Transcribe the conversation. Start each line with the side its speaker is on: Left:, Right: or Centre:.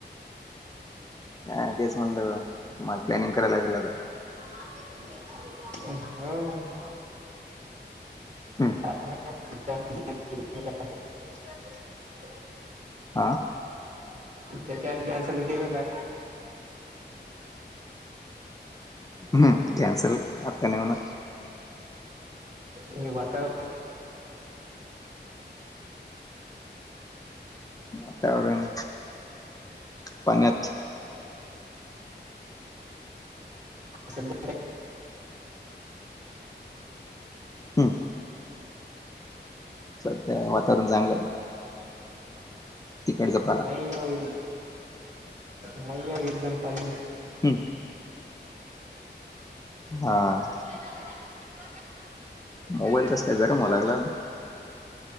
Left: ह तेच म्हटलं तुम्हाला प्लॅनिंग करायला लागेलं अता-
Right: हम्.
Left: हा
Right: <unintelligible>
Left: आा
Right: त्याच्यांत कॅन्सल होती काय?
Left: हम्म कॅन्सल आत्या नाही म्हणा
Right: हे वातावरण
Left: वातावरण, पाण्यात
Right: <unintelligible> सध्या
Left: हम्म च त्या वातावरण चांगलं झा तिकडे जपाय लागत
Right: नवीन नाही आहे. एकदम खाली
Left: हम् हा.
Right: <unintelligible>
Left: मोबाईल
Right: आणि
Left: कसं
Right: मग
Left: काय गरम
Right: खतरनाक
Left: व्हाला लागला आता